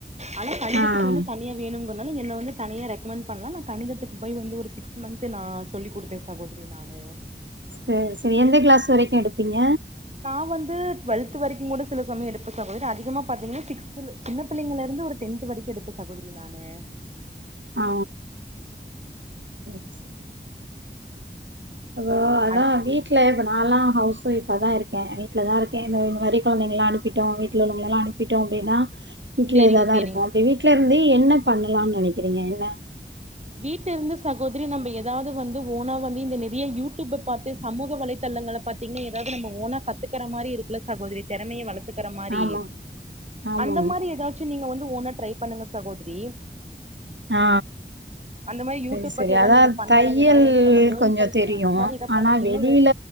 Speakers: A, on the right (about 35°); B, on the right (about 90°).
A: ஆனா
B: ஆ
A: இதுக் வந்து தனியா வேணும் என்ன வந்து தனியா ரெக்கமெண்ட் பண்ணலா கணிதத்துக்கு போய் வந்து ஒரு சிக்ஸ் மந்த் நா சொல்லி கொடுத்தே சகோதரி நா னு
B: சேரி சேரி எந்த கிளாஸ் வரைக்கும் எடுப்பீங்க
A: நா வந்து டுவெல்த் வரைக்கும் கூட சில சமயம் எடுப்பே சகோதரி அதிகமா பாத்தீங்கன்னா சிக்ஸ்த்ல சின்ன பிள்ளைங்கள்ல இருந் நா ஒரு டென்த் வரைக்கும் எடுப்பே சகோதரி நானு
B: ஆ சேரி சேரி அப்போ அதா
A: அது
B: வீட்டுல எற்ப நான்லா ஹவுஸ் வைஃப் ஆ தா இருக்கே வீட்ல தா இருக்கே இதோ இது மாரி கொழந்தைங்கள்லா அனுப்பிட்டோ வீட்டில உள்ளவங்கெல்லா அனுப்பிட்டோ அப்டின்னா வீட்டுல
A: சேரிங்க
B: இதாதா
A: சேரிங்க
B: இருப்போ அப்டி வீட்டு்ல இருந்து என்ன பண்ணலாம்னு நெனைக்கிறீங்க ஏன்னா
A: வீட்ல இருந்து சகோதரி நம்ம ஏதாவது வந்து ஓனா வந்து இந்த நே டியே யூடியூப்ப பாத்து சமூக வலைதளங்கள பாத்தீங்கன்ன ஏதாவது நம்ம ஓனா கத்துக்கற மாரி இருக்குல சகோரி திறமைய வளத் கத்துக்கற மாரி
B: ஆமா ஆமா
A: அந்த மாரி ஏதாச்சும் நீங்க வந்து த்து ஒணா ட்ரை பண்ணுங்க சகோதரி
B: ஆ
A: அந்த மாரி யூடியூப்
B: சேரி சேரி
A: பத்தி ஏதாவது
B: அதான்
A: நம்ம பண்ணலா
B: தையல்
A: ஏதாவது வந்து நம்ம லேர்ன்
B: கொஞ்சோ
A: பண்ணிக்கலா
B: தெரியு
A: அந்த மாரி ஏதாவது
B: ஆனா
A: பண்ணுனீங்கன்னா
B: வெளியில